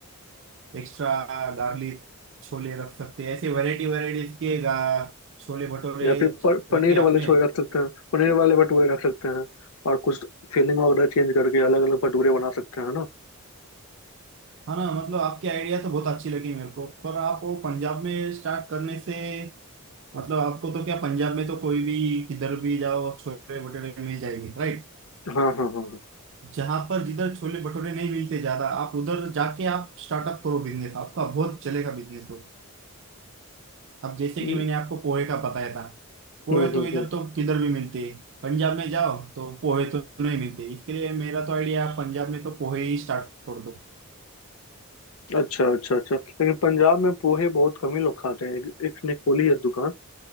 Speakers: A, on the right (about 55°); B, on the left (about 75°).
A: एक्स्ट्रा गार्लिक छोले रख सकते हैं ऐसे वैरायटी वैरायटीज के गा- छोले भटूरे
B: या फिर प, पनीर
A: रखे
B: वाले
A: आपने
B: छोले रख सकते हैं पनीर वाले भटूरे रख सकते हैं और कुछ फिलिंग वगैरह चेंज करके अलग अलग भटूरे बना सकते हैं ना
A: हाँ ना मतलब आपकी आइडिया तो बहुत अच्छी लगी मेरे को पर आप वो पंजाब में स्टार्ट करने से मतलब आपको तो क्या पंजाब में तो कोई भी किधर भी जाओ छोले भटूरे मिल जाएंगे राइट
B: हाँ हाँ हाँ हाँ।
A: जहां पर जिधर छोले भटूरे नहीं मिलते ज्यादा आप उधर जाके आप स्टार्टअप करो बिजनेस आपका बहुत चलेगा बिजनेस हो अब जैसे
B: हम्म
A: कि मैंने आपको पोहे का बताया था पोहे
B: हम्म
A: तो
B: हम्म,
A: इधर
B: हम्म।
A: तो किधर भी मिलते हैं पंजाब में जाओ तो पोहे तो नहीं मिलते इसके लिए मेरा तो आइडिया आप पंजाब में तो पोहे ही स्टार्ट कर दो
B: अच्छा अच्छा अच्छा लेकिन पंजाब में पोहे बहुत कम ही लोग खाते हैं एक, एक ने खोली है दुकान